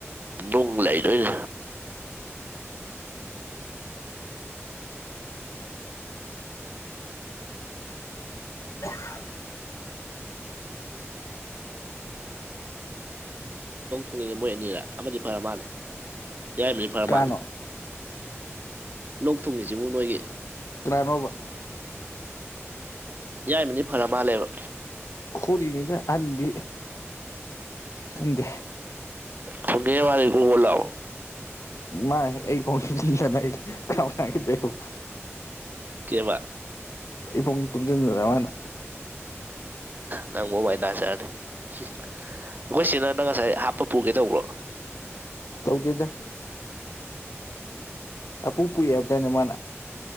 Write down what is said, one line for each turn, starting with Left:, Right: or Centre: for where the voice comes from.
Right: ꯅꯨꯡ ꯂꯩꯗꯣꯏꯅꯦ
Left: ꯑꯍꯝ
Right: ꯄꯨꯡꯅꯤꯅꯤ ꯃꯣꯏ ꯑꯅꯤꯔ ꯑꯃꯗꯤ ꯐꯔ ꯃꯥꯜꯂꯦ ꯌꯥꯏꯃꯗꯤ ꯐꯔ ꯃꯥꯜꯂꯦ
Left: ꯀꯅꯥꯅꯣ
Right: ꯂꯣꯛ ꯊꯨꯡꯉꯤꯖꯤꯕꯨ ꯅꯣꯏꯒꯤ
Left: ꯀꯔꯥꯅꯣꯕ
Right: ꯌꯥꯏꯃꯅꯤ ꯐꯔꯥ ꯃꯥꯜꯂꯦꯕ
Left: ꯈꯨꯔꯤꯅꯤꯗ ꯑꯍꯟꯗꯤ ꯈꯪꯗꯦ
Right: ꯐꯣꯒꯦ ꯃꯥꯅꯤ ꯀꯣꯕꯣ ꯂꯥꯎ
Left: ꯃꯥ ꯑꯩ ꯐꯥꯎ <unintelligible> ꯀꯥꯎꯅꯒꯤꯗꯦꯕꯣ
Right: ꯀꯦꯕ
Left: ꯏ ꯄꯨꯡ ꯇꯨꯝꯖꯤꯟꯗꯅ ꯃꯥꯅ
Right: ꯅꯪꯕꯨꯕꯥꯏ ꯅꯥꯖꯔꯅꯤ ꯑꯩꯈꯣꯏ ꯁꯤꯅ ꯅꯪ ꯉꯁꯥꯏ ꯍꯥꯞꯄ ꯄꯨꯒꯦ ꯇꯧꯕ꯭ꯔꯣ
Left: ꯇꯧꯗꯦꯗ ꯑꯄꯨ ꯄꯨꯏꯌꯦꯞꯗꯦꯅꯦ ꯃꯥꯅ